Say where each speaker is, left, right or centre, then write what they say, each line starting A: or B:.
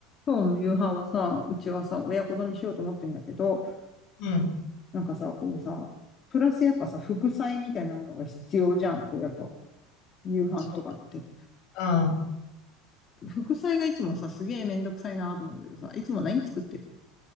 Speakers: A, on the left; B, on the left.
A: 今日の夕飯はさ、うちはさ、親子丼にしようと思ってんだけど、
B: うん。
A: なんかさ、こうさ、プラスやっぱさ、副菜みたいなものが必要じゃん。こうやっぱ、夕飯とかって。
B: そうね。あ
A: 副菜がいつもさ、すげえめんどくさいなと思うんだけどさ、いつも何作ってる